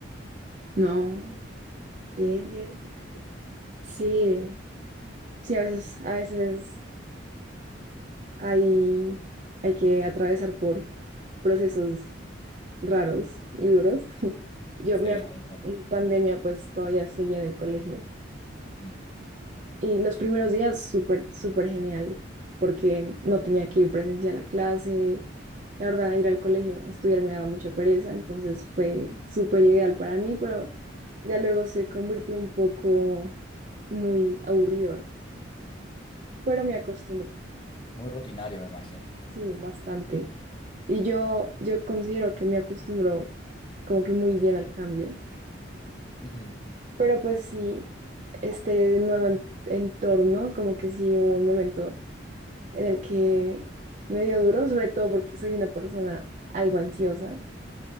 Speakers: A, on the right; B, on the left.
A: no, bien, bien. Sí, sí, a veces, a veces hay, hay que atravesar por procesos raros y duros. <laughs> Yo
B: Sí,
A: me acuerdo,
B: tal cual.
A: en pandemia pues todavía seguía en el colegio.
B: Mm.
A: Y los primeros días súper, súper genial, porque no tenía que ir presencial a clase. La verdad, ir al colegio, estudiar me daba mucha pereza, entonces fue súper ideal para mí, pero ya luego se convirtió un poco muy aburridor, pero me acostumbré,
B: Muy rutinario, me imagino.
A: sí, bastante. Y yo, yo considero que me acostumbro como que muy bien al cambio,
B: Ujú.
A: pero pues sí, este nuevo en- entorno, como que sí hubo un momento en el que me dio duro, sobre todo porque soy una persona algo ansiosa.